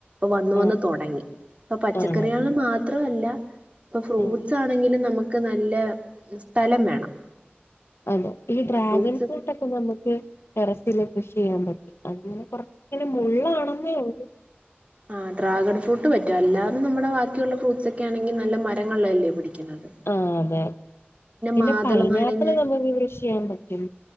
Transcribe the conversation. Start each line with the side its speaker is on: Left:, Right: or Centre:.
Right: വന്ന് വന്ന്
Left: ആഹ്
Right: തുടങ്ങി അപ്പം പച്ചക്കറികൾ
Left: ആണല്ലേ
Right: മാത്രമല്ല ഇപ്പൊ ഫ്രൂട്ട്സ്
Left: ആഹ്
Right: ആണെങ്കിലും നമുക്ക് നല്ല സ്ഥലം വേണം
Left: അതെ ഈ ഡ്രാഗൺ
Right: ഫ്രൂട്ട്സ്
Left: ഫ്രൂട്ടൊക്കെ നമുക്ക് ടെറസൽ കൃഷി ചെയ്യാൻ പറ്റും അതിന് കുറ ഇങ്ങനെ മുള്ള് ആണെന്നേ ഉള്ളൂ
Right: ആ ഡ്രാഗൺ ഫ്രൂട്ട് പറ്റും അല്ലാതെ നമ്മുടെ ബാക്കിയുള്ള ഫ്രൂട്ട്സ് ഒക്കെ ആണെങ്കിൽ നല്ല മരങ്ങളിലല്ലേ പിടിക്കുന്നത്
Left: ആ അതെതെ പിന്നെ
Right: മാതള
Left: പൈനാപ്പിള്
Right: നാരങ്ങ
Left: നമുക്ക് കൃഷി ചെയ്യാൻ പറ്റും